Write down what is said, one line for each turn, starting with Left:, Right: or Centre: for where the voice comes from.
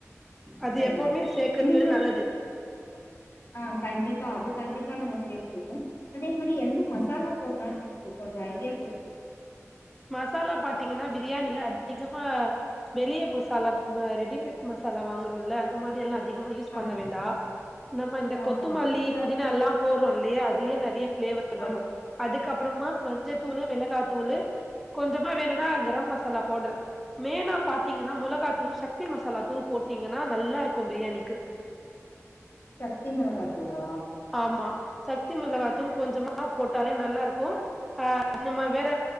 Centre: அது
Left: செரி
Centre: எப்பமே
Left: ஓகே
Centre: சேக்குறது
Left: நீங்க
Centre: நல்லது
Left: ஆ கண்டிப்பா அது கண்டிப்பா நாங்க சேத்ருவோ அதே மாரி என்ன மசாலா போட்லான்னு எனக்கு கொஞ்சோ ஐடியா குடுங்க
Centre: மசாலா பாத்தீங்கன்னா பிரியாணில அதிகமா வெளிய மசாலா நம்ம ரெடிமேட் மசாலா வாங்குறோல அந்த மாரியெல்லா அதிகமா யூஸ் பண்ண
Left: ஆ
Centre: வேண்டா நம்ம இந்த
Left: ஆமா
Centre: கொத்துமல்லி
Left: வீட்ல
Centre: புதினாலாம் போடுறோ இல்லியா அதுலியே நெறைய பிளேவர்
Left: ஆமா
Centre: வரு அதுக்கு அப்றமா மஞ்சத்தூளு மெளகாத்தூளு உப்பு கொஞ்சமா வேணும்னா கரம் மசாலா பவுடர்ரு மெய்னா பார்த்தீங்கன்னா மொளகா தூள் சக்தி மசாலா தூள் போட்டீங்கன்னா நல்லா இருக்கும் பிரியாணிக்கு
Left: சக்தி மொளகா தூளா
Centre: ஆமா சக்தி மிளகாத்தூள் கொஞ்சமா போட்டாலே நல்லா இருக்கு ஆ நம்ம வேற